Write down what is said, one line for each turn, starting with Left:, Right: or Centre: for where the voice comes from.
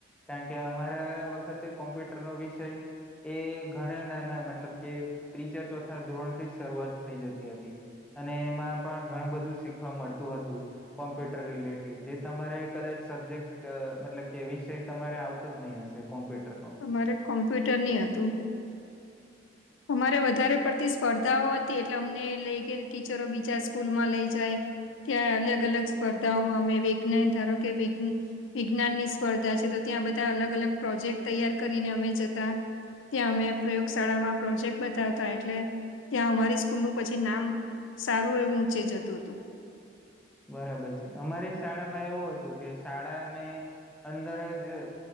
Centre: કારણ કે અમારા વખતે કોમ્પ્યુટર નો વિષય એ ઘણે નાના મતલબ કે ત્રીજા ચોથા ધોરણ થી જ શરૂઆત થઈ જતી હતી અને એમાં પણ ઘણ બધું શીખવા મળતું હતું કોમ્પ્યુટર રિલેટેડ જે તમારે કદાચ સબ્જેક્ટ મતલબ કે વિષય તમારે આવતો જ નહીં હશે. કોમ્પ્યુટરનો
Left: અરે કોમ્પ્યુટર ની હતું અમારે વધારે પડ સ્પર્ધાઓ હતી એટલે અમને લઈ ગય ટીચરો બીજા સ્કૂલમાં લઈ જાય ત્યાં અલગ અલગ સ્પર્ધાઓમાં અમે વિજ્ઞાન ધારો કે વિજ્ઞાન ની સ્પર્ધા છે તો બધા અલગ અલગ પ્રોજેક્ટ તૈયાર કરીને અમે જતા. ત્યાં અમે પ્રયોગશાળામાં પ્રોજેક્ટ બતાવતા એટલે ત્યાં અમારી સ્કૂલનું પછી નામ સારું એવું ઊંચે જતું હતું
Centre: બરાબર છે અમારી શાળામાં એવું હતું કે શાળાને અંદર જ